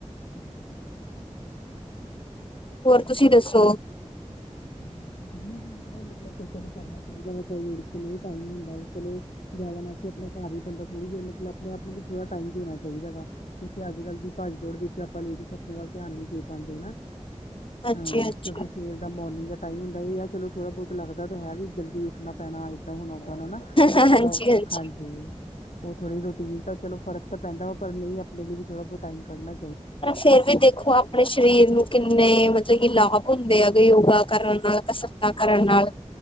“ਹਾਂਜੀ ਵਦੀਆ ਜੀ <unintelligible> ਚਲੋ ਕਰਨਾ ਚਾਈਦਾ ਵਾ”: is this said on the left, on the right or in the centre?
Left